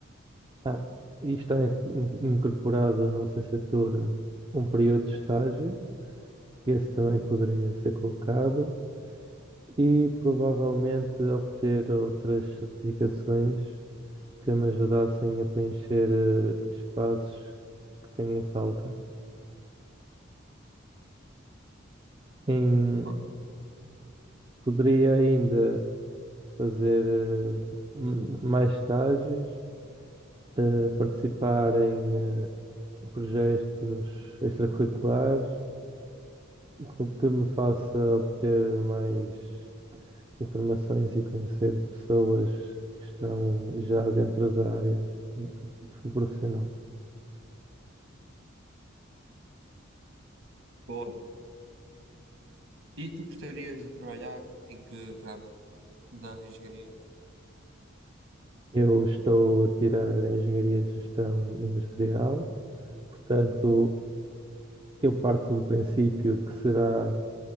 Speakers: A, on the right; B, on the right.
A: ah, e está in- in- incorporado na licenciatura um período de estágio, esse também poderia ser colocado e provavelmente obter outras certificações que me ajudassem a preencher eh, espaços que tenho em falta. Em-
B: Bo-
A: poderia ainda fazer eh, m- mais estágios, eh, participar em eh, projetos extracurriculares que que me faça obter mais informações e conhecer pessoas que estão já dentro da área profissional.
B: Boa. E tu gostarias de trabalhar em que ramo da engenharia?
A: Eu estou a tirar a Engenharia de Gestão Industrial, portanto, eu parto do princípio que será